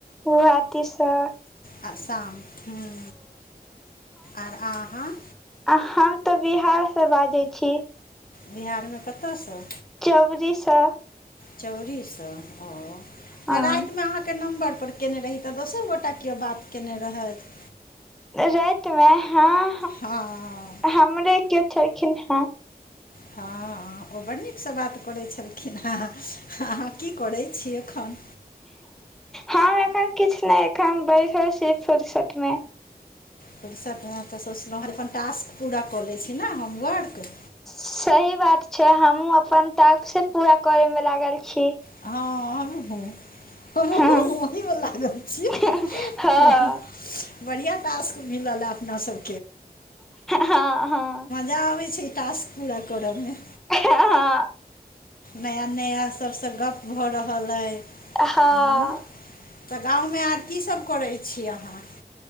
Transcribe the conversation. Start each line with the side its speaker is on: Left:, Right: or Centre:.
Centre: गुहाति से।
Left: आसाम हूँ आर आहाँ।
Centre: आ हम तऽ बिहार से बाजै छी।
Left: बिहारमे कतयसँ
Centre: चौरि से।
Left: चौरि से हां
Centre: हँ
Left: राएत मे अहाँ के नम्बर पर केने रही तऽ दोसर गोटा कियो बात केने रहैथ।
Centre: राएत मे हाँ।
Left: हाँ।
Centre: हमरे कियो छलखिन हें।
Left: हाँ ओ बड़ निक से बात करै छलखिन हें, अहाँ कि करै छी एखन।
Centre: हम एखन किछ नै एखन बैसल छी फुर्सत मे।
Left: फुरसत मे तऽ सोचलौ हय जे अपन टास्क पूरा कऽ लै छी ने होमवर्क।
Centre: सही बात छै हमु अपन टाक्से पूरा करै मे लागल छी।
Left: हाँ हमहु। हमहु
Centre: हँ
Left: ओहि मे लागल छी,
Centre: हँ हँ
Left: हां। बढ़ियाँ टास्क मिलल अय अपना सब
Centre: हाँ-हाँ।
Left: जाबै छै टास्क पूरा करऽ मे।
Centre: हाँ।
Left: नया-नया सबसे गप्प भऽ रहल अय
Centre: हँ
Left: हुं। तऽ गाँव मे आब कि सब करै छी अहाँ।